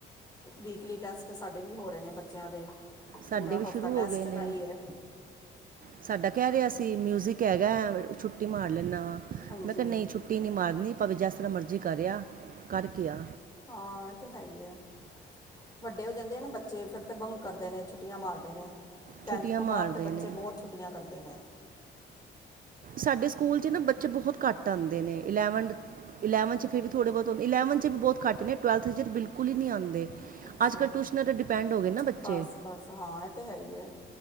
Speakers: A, on the left (about 20°); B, on the right (about 45°).
A: ਵੀਕਲੀ ਟੈਸਟ ਸਾਡੇ ਵੀ ਹੋ ਰਹੇ ਨੇ ਬੱਚਿਆਂ ਦੇ
B: ਸਾਡੇ
A: ਪੂਰਾ
B: ਵੀ ਸ਼ੁਰੂ
A: ਹਫ਼ਤਾ
B: ਹੋ
A: ਟੈਸਟ
B: ਗਏ ਨੇ
A: ਦਾ ਹੀ ਐ
B: ਸਾਡਾ ਕਹਿ ਰਿਹਾ ਸੀ ਮਿਊਜਿਕ ਹੈਗਾ ਛੁੱਟੀ ਮਾਰ ਲੈਂਦਾ ਵਾ,
A: ਹਾਂਜੀ
B: ਮੈਂ ਕਿਹਾ ਨਹੀਂ ਛੁੱ ਛੁੱਟੀ ਨੀ ਮਾਰਨੀ ਭਾਵੇਂ ਜਿਸ ਤਰ੍ਹਾਂ ਮਰਜ਼ੀ ਕਰਿਆ, ਕਰਕੇ ਆ
A: ਹਾਂ ਇਹ ਤੇ ਹੈ ਹੀ ਹੈ ਵੱਡੇ ਹੋ ਜਾਂਦੇ ਆ ਨਾ ਬੱਚੇ, ਫੇਰ ਤੇ ਬੰਗ ਕਰਦੇ ਨੇ ਛੁੱਟੀਆਂ ਮਾਰਦੇ ਨੇ ਟੈਂਥ
B: ਛੁੱਟੀਆਂ
A: ਤੋਂ
B: ਮਾਰਦੇ
A: ਬਾਅਦ ਤੇ ਬੱਚੇ
B: ਨੇ
A: ਬਹੁਤ ਛੁੱਟੀਆਂ ਕਰਦੇ ਨੇ
B: ਸਾਡੇ ਸਕੂਲ 'ਚ ਨਾ ਬੱਚੇ ਬਹੁਤ ਘੱਟ ਆਂਦੇ ਨੇ ਇਲੈਵਨ ਇਲੈਵਨਥ 'ਚ ਫਿਰ ਵੀ ਥੋੜ੍ਹੇ ਬਹੁਤ, ਇਲੈਵਨਥ 'ਚ ਵੀ ਬਹੁਤ ਘੱਟ ਨੇ, ਟਵੈਲਥ 'ਚ ਬਿਲਕੁਲ ਹੀ ਨਹੀਂ ਆਉਂਦੇ
A: ਅੱਛਾ
B: ਅੱਜ- ਕੱਲ ਟਿਊਸ਼ਨਾਂ 'ਤੇ ਡਿਪੈਂਡ ਹੋ ਗਏ ਨਾ ਬੱਚੇ
A: ਬਸ ਬਸ ਹਾਂਤ ਇਹ ਤੇ ਹੈ ਹੀ ਹੈ